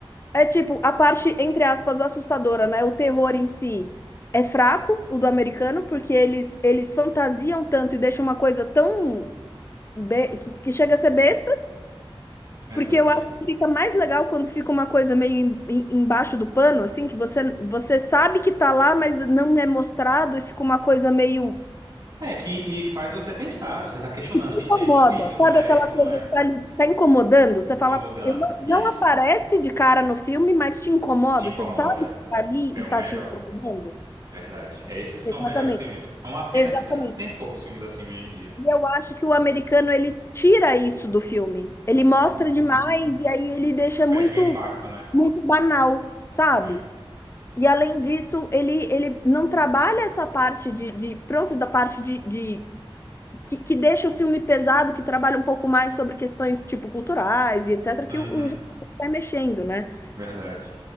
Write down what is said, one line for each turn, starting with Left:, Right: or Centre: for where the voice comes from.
Left: É tipo, a parte, entre aspas, assustadora, né? O terror em si é fraco, o do americano, porque eles, eles fantasiam tanto e deixam uma coisa tão. be- que, que chega a ser besta,
Right: Verdade.
Left: porque eu acho que fica mais legal quando fica uma coisa meio em- em- embaixo do pano, assim, que você, você sabe que tá lá, mas não é mostrado e fica uma coisa meio.
Right: É, que e faz você pensar, você tá questionando,
Left: Incomoda,
Right: gente, é isso, isso não
Left: sabe
Right: é,
Left: aquela
Right: isso
Left: coisa
Right: não é.
Left: que tá ali, tá incomodando? Você
Right: Incomodando,
Left: fala, eu não,
Right: isso.
Left: não aparece de cara no filme, mas te incomoda,
Right: Te incomoda.
Left: você sabe que tá ali
Right: É
Left: e
Right: o
Left: tá
Right: melhor.
Left: te incomodando?
Right: Verdade. É, esses são
Left: Exatamente.
Right: os melhores filmes. É uma pena
Left: Exatamente.
Right: que tá- tem poucos filmes assim hoje em dia.
Left: E eu acho que o americano ele tira isso do filme. Ele mostra
Right: Hum.
Left: demais e aí ele deixa muito
Right: Perde o impacto, né?
Left: muito banal, sabe?
Right: É.
Left: E além disso, ele, ele não trabalha essa parte de, de pronto, da parte de, de que, que deixa o filme pesado, que trabalha um pouco mais sobre questões tipo culturais e etc, que
Right: Uhum.
Left: o, o japonês vai mexendo, né?
Right: Verdade.